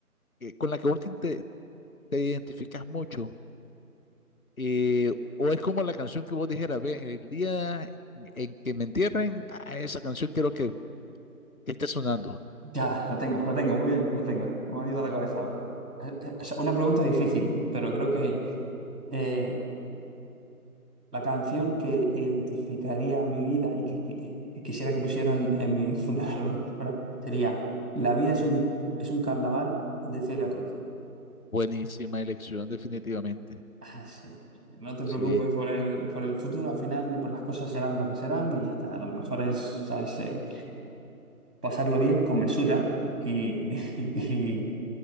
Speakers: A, on the left; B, on the right.
A: que- con la que vos te, inte- te identificas mucho, eh, o es como la canción que vos dijeras, ve, el día en que me entierren, a esa canción quiero que, que esté sonando.
B: Ya, lo tengo, lo tengo, muy bien, lo tengo. Me ha venido a la cabeza ahora. Eh, eh, o sea, una pregunta difícil, pero creo que eh, La canción que identificaría mi vida y que, qui- eh, quisiera que pusieran en mi <laughs> funeral o lo que fuera, sería La vida es un, es un carnaval de Celia Cruz.
A: Buenísima elección, definitivamente.
B: Ah, sí. No te
A: Sí,
B: preocupes por el, por el futuro, al final pues las cosas serán lo que serán y ya está. a Lo mejor es, ¿sabes? Eh, pasarlo bien con mesura y, <laughs> y,